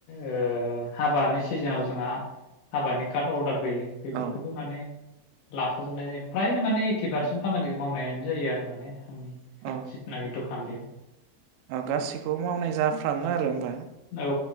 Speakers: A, on the left; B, on the right.
A: ओ हाबानि सिजोनाव जोंहा हाबानि कार्ड अर्डार फैयो बेफोरखौबो
B: ओ
A: माने लाफाजोबनाय <unintelligible> फ्रायनो माने ओइटि
B: औ
A: पारसेन्ट खामानिखौ मावनाय जायो आरो माने आंनि
B: औ
A: जिथुनाखि दखान बेयाव
B: औ गासिखौबो मावनाय जाफ्रामो आरो होनबा
A: औ